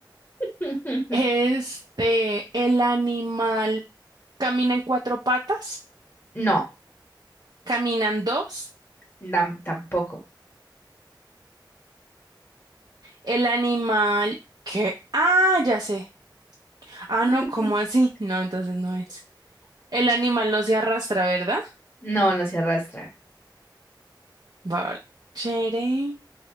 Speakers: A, on the left (about 25°); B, on the right (about 60°).
A: <laughs>
B: Este, el animal camina en cuatro patas,
A: No,
B: caminan dos,
A: dam- tampoco.
B: el animal que, ah, ya sé. Ah, no,
A: <laughs>
B: ¿cómo así? No, entonces no es. El animal no se arrastra, ¿verdad?
A: No, no se arrastra.
B: Va, chere,